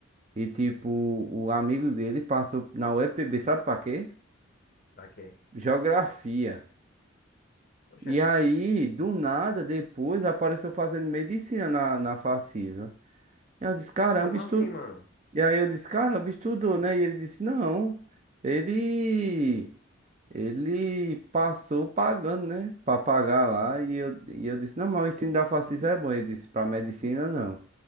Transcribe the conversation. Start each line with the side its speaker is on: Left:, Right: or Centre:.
Right: e tipo, o amigo dele passou na UEPB, sabe pra quê?
Left: pra quê?
Right: Geografia.
Left: Ô, gente,
Right: E aí, do nada, depois apareceu fazendo medicina na, na Facisa. E Eu disse, caramba,
Left: como
Right: estu...
Left: assim, mano?
Right: E aí eu disse, caramba, estudou, né? E ele disse, não, ele Ele passou pagando, né? Pra pagar lá. E eu, e eu disse, não, mas o ensino da Facisa é bom. Ele disse, pra medicina não.